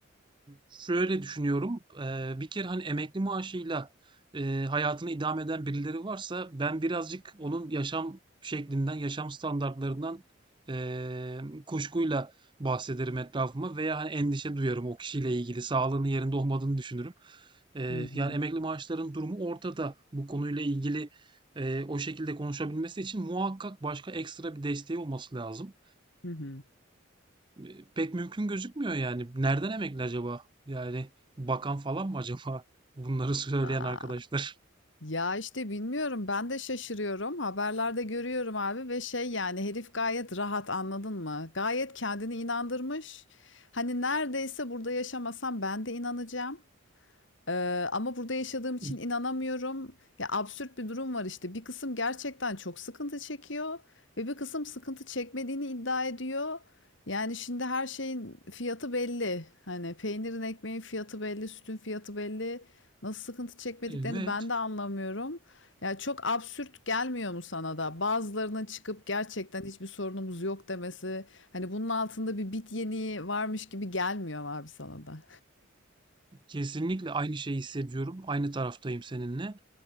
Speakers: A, on the right; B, on the left.
A: Şöyle düşünüyorum. eee, bir kere hani emekli maaşıyla eee, hayatını idame eden birileri varsa ben birazcık onun yaşam şeklinden, yaşam standartlarından eee, kuşkuyla bahsederim etrafıma veya hani endişe duyarım o kişiyle ilgili sağlığının yerinde olmadığını düşünürüm. Eee,
B: Hı hı.
A: yani emekli maaşların durumu ortada. Bu konuyla ilgili eee, o şekilde konuşabilmesi için muhakkak başka ekstra bir desteği olması lazım.
B: Hı hı.
A: E, Pek mümkün gözükmüyor yani. Nereden emekli acaba? Yani bakan falan mı acaba? <laughs> Bunları söyleyen
B: Aa,
A: arkadaşlar.
B: ya işte bilmiyorum ben de şaşırıyorum. Haberlerde görüyorum abi ve şey yani herif gayet rahat anladın mı? Gayet kendini inandırmış. Hani neredeyse burada yaşamasam ben de inanacağım. Ee, ama burada yaşadığım için
A: <laughs>
B: inanamıyorum. Ya absürt bir durum var işte. Bir kısım gerçekten çok sıkıntı çekiyor ve bir kısım sıkıntı çekmediğini iddia ediyor. Yani şimdi her şeyin fiyatı belli. Hani peynirin ekmeğin fiyatı belli, sütün fiyatı belli. Nasıl sıkıntı çekmediklerini
A: Evet.
B: ben de anlamıyorum. Ya çok absürt gelmiyor mu sana da? Bazılarının çıkıp gerçekten hiçbir sorunumuz yok demesi. Hani bunun altında bir bit yeniği varmış gibi gelmiyor mu abi sana da?
A: Kesinlikle aynı şeyi hissediyorum. Aynı taraftayım seninle.